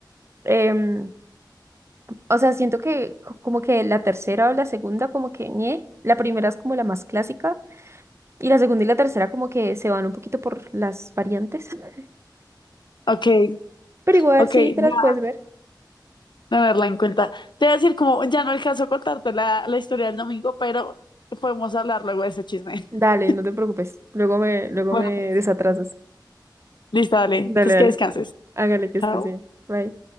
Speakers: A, on the right; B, on the left.
A: Em, O sea, siento que co- como que la tercera o la segunda como que ñe, la primera es como la más clásica y la segunda y la tercera como que se van un poquito por las variantes, <laughs>
B: Ok,
A: pero igual
B: ok,
A: sí te
B: voy
A: las
B: a
A: puedes ver.
B: tenerla en cuenta. Te voy a decir, como ya no alcanzo a contarte la, la historia del domingo, pero podemos hablar luego de ese chisme.
A: Dale,
B: <laughs>
A: no te preocupes. Luego me, luego
B: Bueno,
A: me
B: pues,
A: desatrasas.
B: listo, dale. Entonces
A: Dale, dale.
B: que descanses.
A: Hágale que
B: Chao.
A: estés bien. Bye.